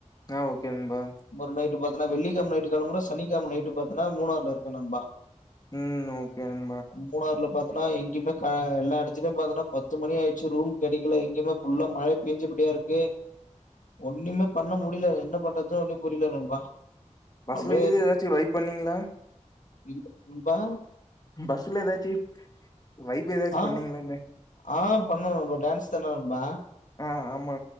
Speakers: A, on the left; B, on the left.
A: ஆ ஓகே நண்பா
B: ஒரு நைட்டு பாத்தன்னா வெள்ளிக்கெழம நைட்டு கெளம்புறோ சனிக்கெழம நைட்டு பாத்தனா மூணாறுல இருக்கோ நண்பா
A: ம் ஓகேங்
B: மூணாறுல பாத்தன்னா எங்கயுமே க எல்லா எடத்துலயு பாத்தன்னா பத்து மணி ஆயிட்சி ரூம் கெடைக்கல எங்கேமே ஃபுல்லா மழ பேய்ஞ்சபடியா இருக்கு ஒன்னுமே பண்ண முடில அது என்ன பண்றதுன்னே ஒன்னு புரில நண்பா
A: பஸ்ல
B: அப்டியே
A: இது ஏதாச்சி வைப் பண்ணீங்ளா
B: இருக் நண்பா
A: பஸ்ல ஏதாச்சி வைப் ஏதாச்சி
B: ஆ
A: பண்ணீங்ளா இன்ன
B: ஆ பண்னோ நண்பா டேன்ஸ் தானே நண்பா
A: ஆ ஆம் ஆமா